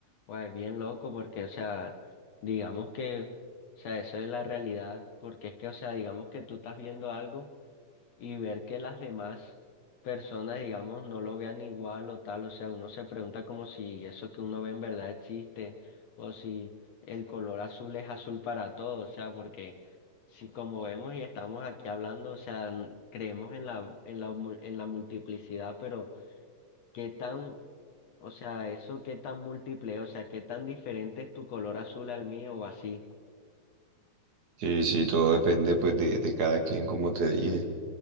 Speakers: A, on the left; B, on the right.
A: guay, bien loco porque, o sea, digamos que, o sea, eso es la realidad, porque es que, o sea, digamos que tú estás viendo algo. y ver que las demás personas, digamos, no lo vean igual o tal, o sea, uno se pregunta como si eso que uno ve en verdad existe o si el color azul es azul para todos, o sea, porque si como vemos y estamos aquí hablando, o sea, n- creemos en la en la mu- en la multiplicidad, pero qué tan o sea, eso qué tan múltiple, o sea, qué tan diferente es tu color azul al mío o así.
B: Sí, sí, todo depende pues de, de cada quien, como te dije.